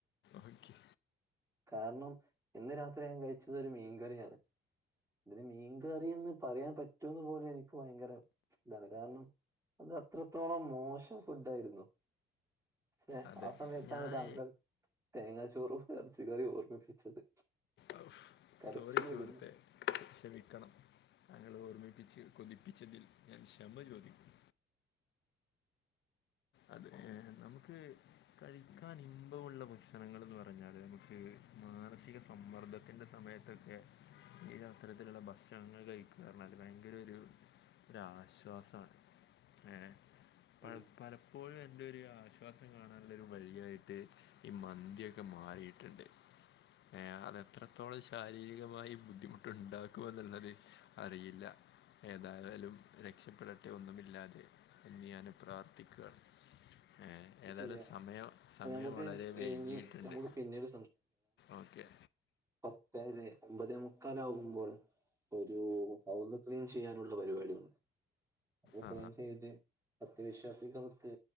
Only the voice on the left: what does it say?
ഓക്കെ
അതെ
ഞാൻ
അഫ്
സോറി സൂഹ്ർത്തെ.
ശമിക്കണം, ഞങ്ങെ ഓർമ്മിപ്പിച്ച് കൊതിപ്പിച്ചതിൽ ഞാൻ ക്ഷമ ചോദിക്കും അതെ നമുക്ക് കഴിക്കാൻ ഇമ്പമുള്ള ഭക്ഷണങ്ങൾ എന്ന് പറഞ്ഞാല് നമുക്ക് മാനസിക സമ്മർദ്ദത്തിന്റെ സമയത്ത് ഇതൊക്കെ ഈ അത്തരത്തിലുള്ള ഭക്ഷണങ്ങൾ കഴിക്കാർനാല് ഭയങ്കര ഒരു ഒരാശ്വാസാണ് ഏ പ
പല ഇപ്പോഴും എൻ്റെ ഒരു ആശ്വാസം കാണാനുള്ള ഒരു വഴിയായിട്ട് ഈ മന്തിയൊക്കെ മാറിട്ടുണ്ട്. ഏ അതെത്രത്തോളം ശാരീരികമായി ബുദ്ധിമുട്ടുണ്ടാക്കും എന്നുള്ളത്‌ അറിയില്ല. ഏതായാലും രക്ഷപ്പെടട്ടെ ഒന്നുമില്ലാതെ എന്ന് ഞാന് പ്രാർത്ഥിക്കാണ്. ഏ
ഏതായാലും
സമയം സമയം
വളരെ വൈകിയിട്ടുണ്ട്
ഓ ക്കെ.
ആ